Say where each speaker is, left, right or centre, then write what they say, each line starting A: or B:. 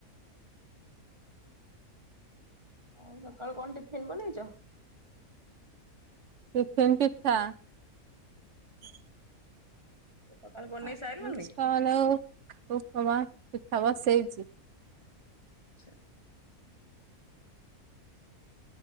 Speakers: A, on the right; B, on the right.
A: ଆଉ ସକାଳୁ କଣ ଟିଫିନ ବନେଇଛ?
B: ଟିଫିନ୍ ପିଠା ।
A: ସକାଳୁ ବନେଇ
B: <unintelligible>
A: ସାରିଲନି?
B: ଆଉ ଉପମା, ପିଠା, ବସେଇଛି ।
A: ଛି!